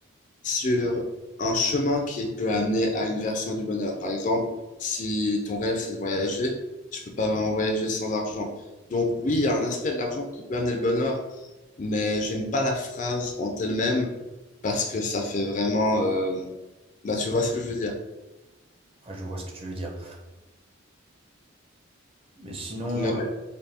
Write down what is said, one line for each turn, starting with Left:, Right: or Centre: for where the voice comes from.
Left: sur un chemin qui peut amener à une version du bonheur. Par exemple, si ton rêve, c'est de voyager, tu peux pas vraiment voyager sans argent. Donc oui,
Right: D'accord.
Left: il y a un aspect de l'argent qui peut amener le bonheur, mais j'aime pas la phrase en elle-même parce que ça fait vraiment... euh, bah, tu vois ce que je veux dire.
Right: Ah, je vois ce que tu veux dire. Mais sinon,
Left: Mais
Right: euh,
Left: ouais,